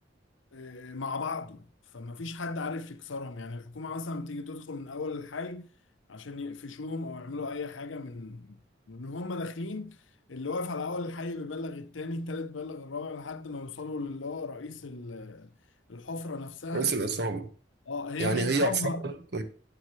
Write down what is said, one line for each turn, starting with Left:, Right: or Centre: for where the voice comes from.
Left: آه، مع بعضه فما فيش حد عارف يكسرهم يعني الحكومة مثلا بتيجي تدخل من أول الحي عشان يقفشوهم أو يعملوا أي حاجة من من هم داخلين اللي واقف على أول الحي بيبلغ التاني التالت بيبلغ الرابع لحد ما يوصلوا للي هو رئيس ال- الحفرة نفسها
Right: رئيس العصابة
Left: اه هي
Right: يعني
Left: مش
Right: هي
Left: عصابة
Right: عصابة